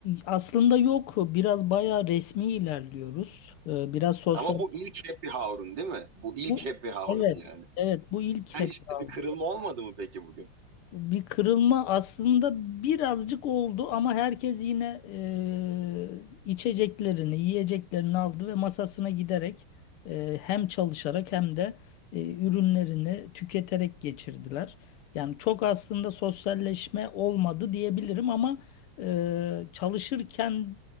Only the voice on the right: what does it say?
Ama bu ilk happy hour'un değil mi? Bu ilk
happy hour'un
yani.
Ha
işte bir kırılma olmadı mı peki bugün?